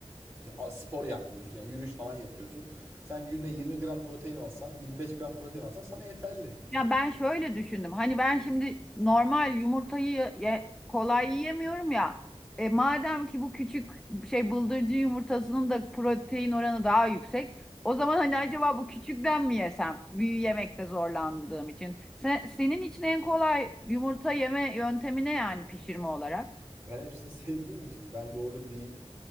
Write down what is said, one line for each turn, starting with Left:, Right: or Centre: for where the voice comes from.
Right: Ya, a- Spor yapmıyorsun. Yani yürüyüş falan yapıyorsun. Sen günde 20 gram protein alsan, 25 gram protein alsan sana yeterli.
Centre: Ya ben şöyle düşündüm. Hani ben şimdi normal yumurtayı ye- kolay yiyemiyorum ya. E madem ki bu küçük şey bıldırcın yumurtasının da protein oranı daha yüksek. O zaman hani acaba bu küçükten mi yesem? Büyü yemekte zorlandığım için. Se- senin için en kolay yumurta yeme yöntemi ne yani pişirme olarak?
Right: Ben hepsini <laughs> sevdiğim için ben doğru bir